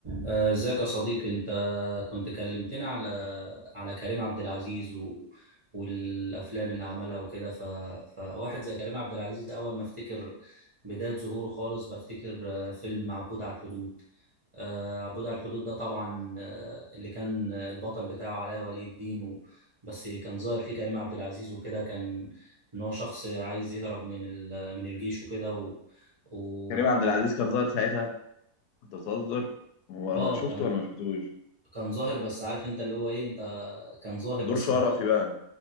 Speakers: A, on the right; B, on the left.
A: آه، ازيك يا صديقي انت كنت كلمتنا على على كريم عبد العزيز و... والافلام اللي عملها وكده ف... فواحد زي كريم عبد العزيز ده اول ما افتكر بداية ظهوره خالص بفتكر آه، فيلم عبود على الحدود آه، عبود على الحدود ده طبعا آه، اللي كان البطل بتاعه علاء ولي الدين و... بس كان ظاهر فيه كريم عبد العزيز وكده كان ان هو شخص عايز يهرب من ال... من الجيش وكده و... وطبعا
B: كريم عبد العزيز كان ظاهر ساعتها انت بتهزر هو
A: اه
B: انا شفته
A: كان
B: ولا ما شفتوش
A: كان ظاهر بس عارف انت اللي هو ايه انت كان ظاهر بس
B: دور شرفي
A: ما...
B: بقى